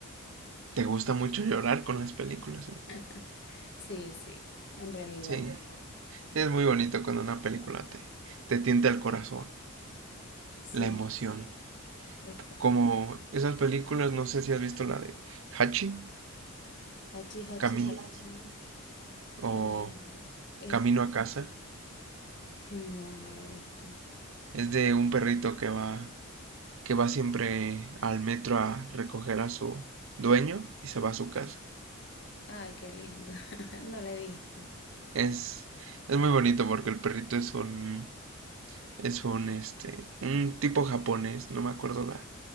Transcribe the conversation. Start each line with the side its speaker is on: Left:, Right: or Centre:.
Right: Te gusta mucho llorar con las películas. entonces.
Left: <laughs> Sí, sí, en realidad.
Right: Sí, sí, es muy bonito cuando una película te, te tienta el corazón,
Left: Sí,
Right: la emoción.
Left: es fuerte.
Right: Como esas películas, no sé si has visto la de Hachi,
Left: Hachi, hachi,
Right: Camino
Left: hachi.
Right: o
Left: eh, es-
Right: Camino a casa.
Left: ay, no, no la he visto.
Right: Es de un perrito que va, que va siempre al metro a recoger a su dueño y se va a su casa.
Left: Ay, qué lindo. <laughs> No la he visto.
Right: Es, es muy bonito porque el perrito es un, es un, este, un tipo japonés, no me acuerdo la,